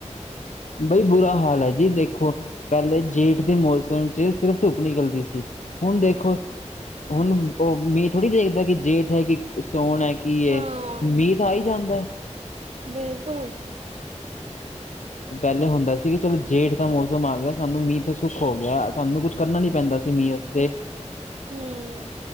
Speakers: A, on the left; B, on the right.
A: ਬਈ ਬੁਰਾ ਹਾਲ ਹੈ ਜੀ ਦੇਖੋ ਪੇਲੇ ਜੇਠ ਦੇ ਮੌਸਮ ਚ ਸਿਰਫ਼ ਧੁੱਪ ਨਿਕਲਦੀ ਸੀ। ਹੁਣ ਦੇਖੋ ਹੁਣ ਓ ਮੀਹ ਥੋੜ੍ਹੀ ਦੇਖਦਾ ਕਿ ਜੇਠ ਹੈ ਕਿ ਸੋਣ ਐ ਕੀ ਏ
B: ਹਾਂ
A: ਮੀਂਹ ਤਾਂ ਆ ਈ ਜਾਂਦਾ।
B: ਬਿਲਕੁਲ।
A: ਪੇਲੇ ਹੁੰਦਾ ਸੀ ਕਿ ਚਲੋ ਜੇਠ ਦਾ ਮੌਸਮ ਆ ਗੇਆ ਸਾਨੂੰ ਮੀਂਹ ਓਥੇ ਸੁੱਖ ਹੋ ਗੇਆ ਸਾਨੂੰ ਕੁੱਝ ਕਰਨਾ ਨੀ ਪੈਂਦਾ ਸੀ ਮੀਂਹ ਵਾਸਤੇ।
B: ਹੂ